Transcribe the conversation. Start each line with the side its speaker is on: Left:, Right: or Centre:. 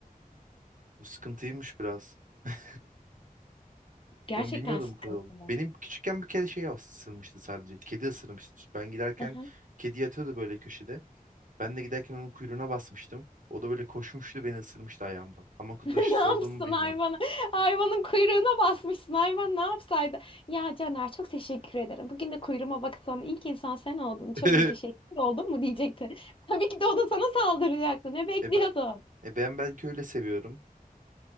Right: bu sıkıntıymış biraz. <laughs>
Left: Gerçekten
Right: Ben bilmiyordum
Left: sıkıntılı.
Right: bu kadar oldu. Benim küçükken bir kere şey ısırmıştı sadece. Kedi ısırmıştı. Ben giderken
Left: Aha. <laughs>
Right: kedi yatıyordu böyle köşede. Ben de giderken onun kuyruğuna basmıştım. O da böyle koşmuştu beni ısırmıştı ayağımdan. Ama kutu
Left: Ne
Right: aşısı
Left: yapsın
Right: olduğumu bilmiyorum.
Left: hayvanı? Hayvanın kuyruğuna basmışsın. Hayvan ne yapsaydı? Ya Caner çok teşekkür ederim. Bugün de kuyruğuma baksan ilk insan sen oldun. Çok
Right: <laughs>
Left: müteşekkir oldun mu diyecekti. <laughs> Tabii ki de o da sana saldıracaktı. Ne bekliyordun?
Right: E, ben- E ben belki öyle seviyorum